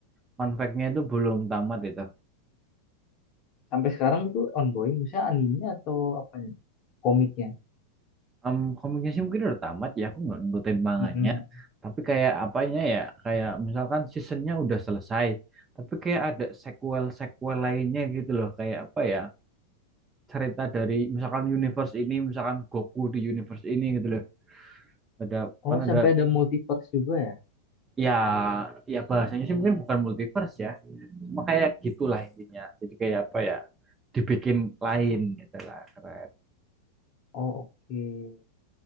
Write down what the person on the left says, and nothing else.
Sampai sekarang tuh ongoing, misalnya animenya atau apanya? Komiknya.
Mm-mm.
Oh,
sampai ada multiverse juga ya?
Oh, oke.